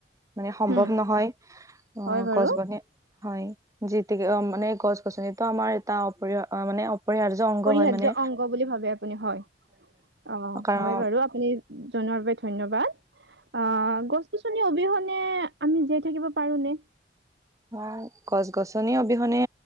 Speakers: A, on the right; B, on the right.
A: মানে সম্ভৱ
B: উম
A: নহয় আহ
B: হয় বাৰু
A: গছ গনি হয়, যি অ মানে গছ গছনিতটো আমাৰ এটা অপৰি মানে অপৰিহাৰ্য অংগ
B: পৰিহাৰ্য
A: হয় মানে
B: অংগ বুলি ভাবে আপুনি হয়। অ, হয়
A: কাৰণ
B: বাৰু আপুনি জনোৱাৰ বাবে ধন্যবাদ অ, গছ গছনি অবিহনে আমি যে থাকিব পাৰো নে
A: অ গছ গছনি অবিহনে